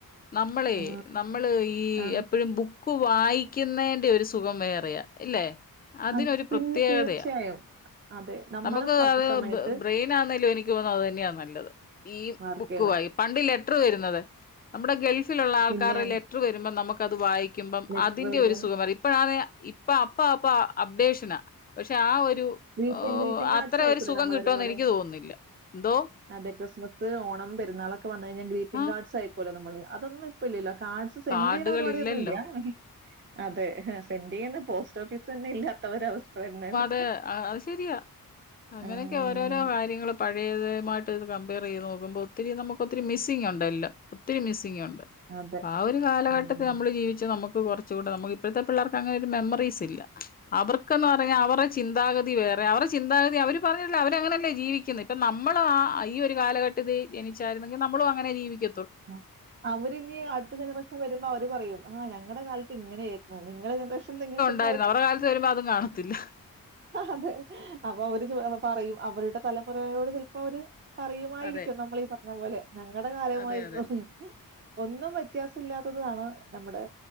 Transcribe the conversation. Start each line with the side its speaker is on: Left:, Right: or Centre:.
Left: നമ്മളേ
Right: ആ.
Left: നമ്മള് ഈ
Right: ആ.
Left: എപ്പോഴും ബു ക്ക് വായിക്കുന്നേന്റെ ഒരു സുഖം വേറെയാ, ഇല്ലേ. അതിനൊരു
Right: അ
Left: പ്രത്യേകതയാ.
Right: പിന്നെ തീർച്ചയായും. അതെ. നമ്മളെ
Left: നമുക്ക്
Right: സ
Left: അത്
Right: സമയത്ത്
Left: ബ്രെയിൻ ആണേലും എനി ക്ക് തോനുന്നു അത് തന്നെയാ നല്ലത്. ഈ
Right: മാർക്കെയ്യുന്നെ.
Left: ബുക്ക് വായി, പണ്ട് ലെറ്റർ വരുന്നത്. നമ്മുടെ ഗൾഫി ലുള്ള ആൾക്കാരുടെ
Right: പിന്നെ
Left: ലെറ്റർ വരുമ്പോം, നമുക്കത് വായിക്കുമ്പം
Right: ലെറ്റർ
Left: അതിന്റെ
Right: വരും.
Left: ഒരു സുഖം അറി ഇപ്പോഴ ഇപ്പോഴാണേ, അപ്പ അപ്പ അപ്ഡേഷനാ. പക്ഷെ ആ ഒ രു
Right: ഗ്രീറ്റിംഗ്
Left: ഏഹ്
Right: ഗ്രീറ്റിംഗ് കാർഡ്സ്
Left: അത്രെ
Right: അയക്കൂലേ
Left: ഒരു സുഖം
Right: നമ്മളൊരുപോലെ?
Left: കിട്ടോന്ന് എനിക്ക് തോന്നുന്നില്ല. എന്തോ
Right: അതെ ക്രിസ്മസ് ഓണം പെരുന്നാളൊക്കെ വന്നു കഴിഞ്ഞാ ഗ്രീറ്റിംഗ്
Left: ആ
Right: കാർഡ്സ് അയക്കോല്ലോ നമ്മള് അതൊന്നും ഇപ്പ ഇല്ലല്ലോ കാഡ്സ് സെൻ്റെയ്യ്ണ
Left: കാർഡുകൾ
Right: പരിപാടിയൊന്നും
Left: ഇല്ലല്ലോ
Right: ഇല്ല്യാ. അതെ സെന്റയ്യ്ണ് പോസ്റ്റ് ഓഫീസ് തന്നെ ഇല്ലാത്ത ഒരവസ്ഥ തന്നേണ്
Left: ത് അത് ശരിയാ അങ്ങനെയൊക്കെ
Right: ഉം
Left: ഓരോരോ കാര്യങ്ങള് പഴയതുമായിട്ട് ഇത് കമ്പയർ ചെയ്ത് നോക്കുമ്പോ ഒത്തിരി നമുക്ക് ഒത്തിരി മിസ്സിങ് ഉണ്ട് എല്ലം ത്തിരി മിസ്സിംഗുണ്ട്.
Right: അതെ.
Left: അപ്പാ ഒരു കാലഘട്ടത്തെ
Right: ഉം.
Left: നമ്മൾ ജീവിച്ച് നമുക്ക് കൊറ ച്ചൂടെ നമുക്ക് ഇപ്പോഴത്തെ പിള്ളേർക്ക് അങ്ങനെ ഒരു മെമ്മറീസ് ഇല്ല അവർക്ക്ന്ന് പറഞ്ഞാ അവറ ചിന്താഗതി വേറെ അവറ ചിന്താഗതി അവർ പറഞ്ഞിട്ടില്ല അവരങ്ങനെയല്ലേ ജീവിക്കുന്നെ. ഇപ്പം നമ്മള് ആ ഈ ഒരു കാലഘ ട്ടത്തി ജനിച്ചായിരുന്നങ്കി നമ്മളും അങ്ങനെ ജീവിക്ക
Right: ഉ <unintelligible> അവര്നി അടുത്ത ജനറേഷൻ വരുമ്പോ അവര് പറയും ആഹ് ഞങ്ങടെ കാലത്ത് ഇങ്ങനെയായിരുന്നു നിങ്ങളെ ജനറേഷൻ എങ്ങനെ ചോയ്
Left: ണ്ടായിരുന്നു അവരുടെ കാലത്ത് വരുമ്പോൾ അതും കാണത്തില്ല
Right: അതെ അപ്പൊ അവര് ചോ പറയും അവരുടെ തലമുറയോട് ചിലപ്പം അവര് പറയുമായിരിക്കും
Left: അതെ.
Right: നമ്മളീ പറഞ്ഞ പോലെ ഞങ്ങടെ കാലമായിരു
Left: അതെ, അതെ.
Right: ഉം ഒന്നും വ്യത്യാസം ഇല്ലാത്തതു ആണ് നമ്മുടെ